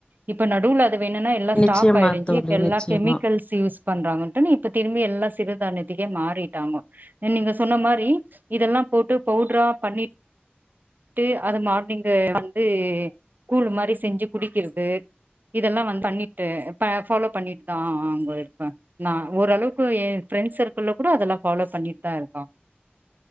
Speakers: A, on the right; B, on the left.
A: இப்ப நடுல அது வேணுனா எல்லா ஸ்டாப்
B: நிச்சயமா
A: ஆயிடுச்சு
B: தோழி
A: இப்ப எல்லா
B: நிச்சயமா
A: கெமிக்கல்ஸ் யூஸ் பண்றாங்கனுட்டு இப்ப திரும்பி எல்லா சிறுதான்யத்துக்கே மாறிட்டாங்க நீங்க சொன்ன மா றி இதெல்லா‌ போட்டு பவுட்றா பண்ணி ட்டு அது மார்னிங்கு வந்து கூழ் மாரி செஞ்சு குடிக்கிறது இதெல்லா வன் பண்ணிட்டு ப ஃபாலோ பண்ணிட்டுதாங்க இருப்ப நா ஓரளவுக்கு என் ஃப்ரெண்ட் மா ஓரளவுக்கு ஏன் ஃபிரென்ஸ் சர்க்குள்ல கூட அதெல்லா ஃபாலோ பண்ணிட்தா இருக்கோ